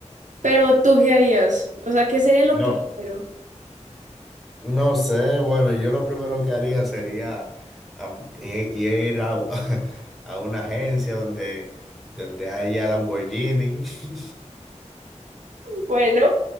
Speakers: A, on the right; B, in the centre.
A: Pero tú qué harías? O sea, ¿qué sería lo
B: No,
A: primero?
B: no sé, bueno, yo lo primero que haría sería a- i- ir a, <laughs> a una agencia donde, donde haya Lamborghini. <laughs>
A: Bueno,